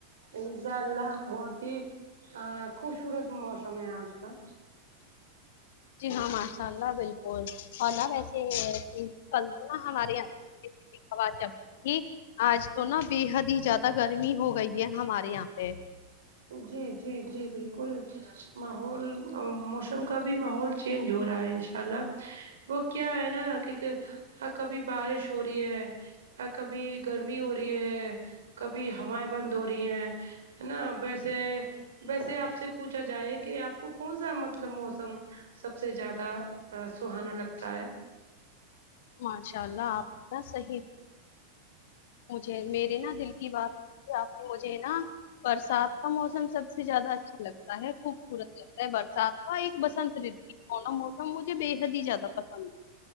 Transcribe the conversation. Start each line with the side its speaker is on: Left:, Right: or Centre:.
Right: انشاء اللہ بہت ہی خوبصورت موسم ہے آج کل
Left: جی ہاں ماشاء اللہ بالکل اورالار وسے کل تو نا ہمارے یہاں آو جب یہ آج تو نا بے حد ہی زیادہ گرمی ہو گئی ہے ہمارے یہاں پہ
Right: جی جی جی بالکل ماحول موسم کا بھی ماحول چینج ہو رہا ہے ان شاء اللہ وہ کیا ہے نا کہ کبھی بارش ہو رہی ہے کبھی گرمی ہو رہی ہے کبھی ہوائیں بند ہو رہی ہیں ہے نا ویسے ویسے آپ سے پوچھا جائے کہ آپ کو کون سا مطلب موسم سب سے زیادہ سہانا لگتا ہے <unintelligible>
Left: ماشاء اللہ آپ اتنا صحیح مجھے میرے نہ دل کی بات ج آپ نے مجھے نا <unintelligible> برسات کا موسم سب سے زیادہ اچھا لگتا ہے خوبصورت لگتا ہے بر ساتواں ایک بسنت رتو سوناا موسم مجھے بے حد ہی زیادہ پسند ہے